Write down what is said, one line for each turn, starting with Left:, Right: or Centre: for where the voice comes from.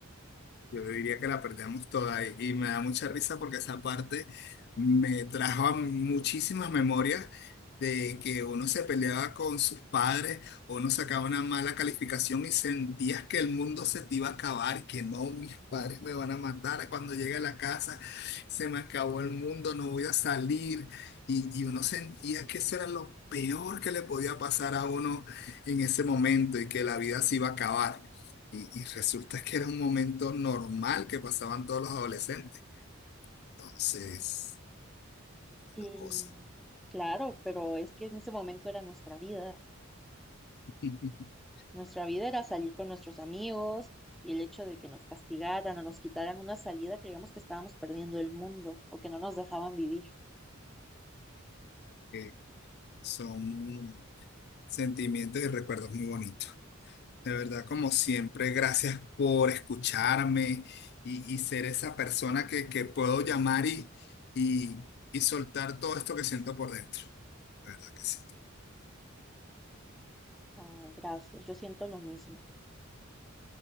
Left: Yo diría que la perdíamos toda y, y me da mucha risa porque esa parte me trajo a muchísimas memorias de que uno se peleaba con sus padres o uno sacaba una mala calificación y sentías que el mundo se te iba a acabar, que no, mis padres me van a matar cuando llegue a la casa, se me acabó el mundo, no voy a salir y, y uno sentía que eso era lo peor que le podía pasar a uno en ese momento y que la vida se iba a acabar. Y, y resulta que era un momento normal que pasaban todos los adolescentes. Entonces,
Centre: Mm,
Left: la cosa.
Centre: claro, pero es que en ese momento era nuestra vida.
Left: <laughs>
Centre: Nuestra vida era salir con nuestros amigos y el hecho de que nos castigaran o nos quitaran una salida, creíamos que estábamos perdiendo el mundo o que no nos dejaban vivir.
Left: que son sentimientos y recuerdos muy bonitos. De verdad, como siempre, gracias por escucharme y, y ser esa persona que, que puedo llamar y, y, y soltar todo esto que siento por dentro. De verdad que sí.
Centre: Ay, gracias, yo siento lo mismo.